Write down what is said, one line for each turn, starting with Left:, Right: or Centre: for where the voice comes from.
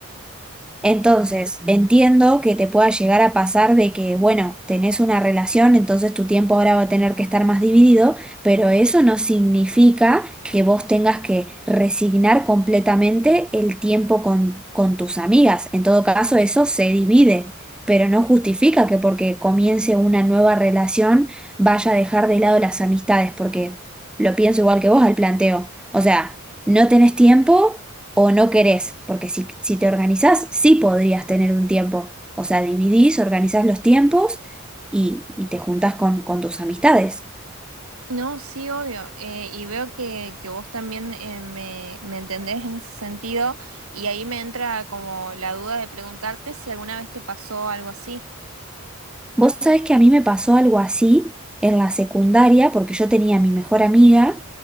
Centre: Entonces, entiendo que te pueda llegar a pasar de que, bueno, tenés una relación, entonces tu tiempo ahora va a tener que estar más dividido, pero eso no significa que vos tengas que resignar completamente el tiempo con, con tus amigas. En todo caso, eso se divide, pero no justifica que porque comience una nueva relación vaya a dejar de lado las amistades, porque lo pienso igual que vos al planteo. O sea, no tenés tiempo o no querés, porque si, si te organizás, sí podrías tener un tiempo. O sea, dividís, organizás los tiempos y, y te juntás con, con tus amistades.
Right: No, sí, obvio. eh, y veo que, que vos también eh, me, me entendés en ese sentido y ahí me entra como la duda de preguntarte si alguna vez te pasó algo así.
Centre: Vos sabés que a mí me pasó algo así en la secundaria, porque yo tenía a mi mejor amiga